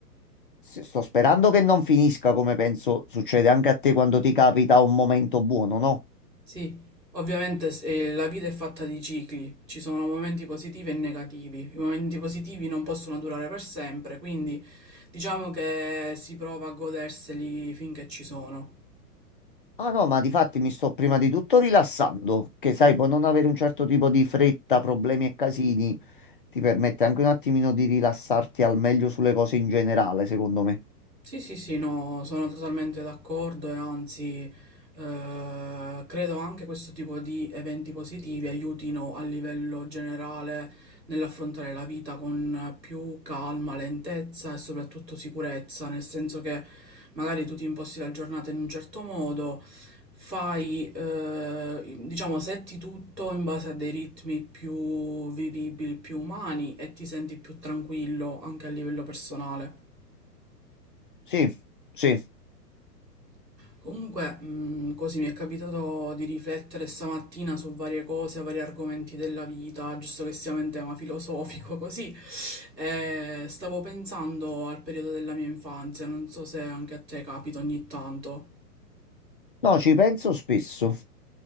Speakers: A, on the left; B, on the right.
A: S- Sto sperando che non finisca come penso succede anche a te quando ti capita un momento buono, no?
B: Sì, ovviamente s- eh, la vita è fatta di cicli, ci sono momenti positivi e negativi. I momenti positivi non possono durare per sempre, quindi diciamo che si prova a goderseli finché ci sono.
A: Ah no, ma di fatti mi sto prima di tutto rilassando, che sai, può non avere un certo tipo di fretta, problemi e casini, ti permette anche un attimino di rilassarti al meglio sulle cose in generale, secondo me.
B: Sì, sì, sì, no, sono totalmente d'accordo e anzi eh, credo anche questo tipo di eventi positivi aiutino a livello generale nell'affrontare la vita con più calma, lentezza e soprattutto sicurezza, nel senso che magari tu ti imposti la giornata in un certo modo, fai, eh, diciamo, setti tutto in base a dei ritmi più vivibili, più umani e ti senti più tranquillo anche a livello personale.
A: Sì, sì.
B: Comunque, mh, così mi è capitato di riflettere stamattina su varie cose, vari argomenti della vita, giusto che siamo in tema filosofico, <laughs> così. E stavo pensando al periodo della mia infanzia, non so se anche a te capita ogni tanto.
A: No, ci penso spesso.